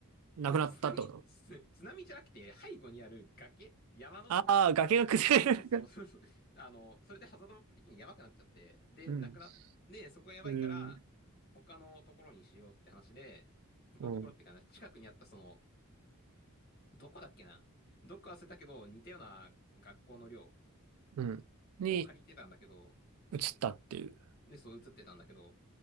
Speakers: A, on the right; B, on the left.
A: なくなったってこと
B: 津波、つ津波じゃなくて、背後にある崖山の、
A: ああー、崖が崩れる
B: 山の、そうそうそう、<laughs> あの、それでハザードマップ的にやばくなっちゃって、で、
A: <laughs> うん。
B: なくなっ、で、そこがやばいから、
A: へー
B: 他のところにしようって話で、他のところっていうかな、
A: うん。
B: 近くにあったその、どこだっけなどっか忘れたけど、似たような学校の寮
A: うん。に
B: を借りてたんだけど、そ
A: 移ったっていう。
B: う。で、そう映ってたんだけど、